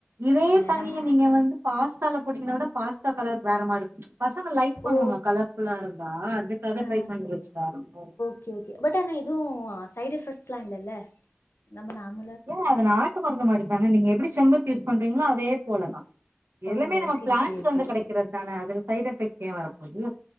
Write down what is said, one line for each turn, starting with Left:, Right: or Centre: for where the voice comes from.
Right: இதே தண்ணிய
Left: நம்
Right: நீங்க வந்து பாஸ்தால போட்டீங்கனா கூட பாஸ்தா கலர் வேற மாருக் பசங்க லைக் பண்ணுவாங்க
Left: ஓ
Right: கலர் ஃபுல்லா இருந்தா அதுக்காக
Left: ஆ
Right: ட்ரை பண்ணி வெச்சா ரெம்பவுமே
Left: ஓகே ஓகே பட் ஆனா எதுவும் சைட் எஃபெக்ட்ஸ் லா இல்லல்ல நம்ம நாம்
Right: ல அது நாட்டு மருந்து மாரி தானே நீங்க எப்புடி செம்பருத்தி யூஸ் பண்றீங்களோ அதே போலதான் எல்லாமே
Left: ஓஹோ
Right: நம்ம
Left: செரி
Right: பிளான்ட்ஸ்லந்து
Left: செரி ஓகே ஓகே
Right: கிடைக்கிறது தான அதுல சைட் எஃபெக்ட்ஸ் ஏன் வரப்போது